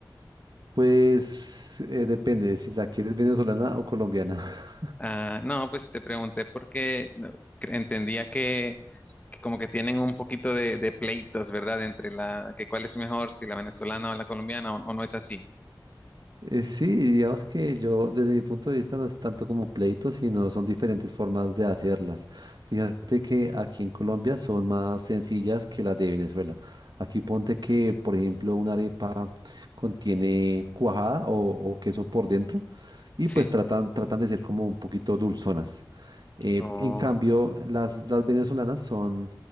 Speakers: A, on the right; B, on the left.
A: Pues eh, depende si la quieres venezolana o colombiana. <laughs>
B: Ah, no, pues te pregunté porque no, cre- entendía que, que como que tienen un poquito de, de pleitos, ¿verdad? Entre la, que cuál es mejor, si la venezolana o la colombiana, o, o no es así.
A: Eh, sí, digamos que yo desde mi punto de vista no es tanto como pleito, sino son diferentes formas de hacerlas. Fíjate que aquí en Colombia son más sencillas que las de Venezuela. Aquí ponte que, por ejemplo, una arepa contiene cuajada o, o queso por dentro y
B: Sí.
A: pues tratan, tratan de ser como un poquito dulzonas. Eh,
B: O
A: en cambio, las, las venezolanas son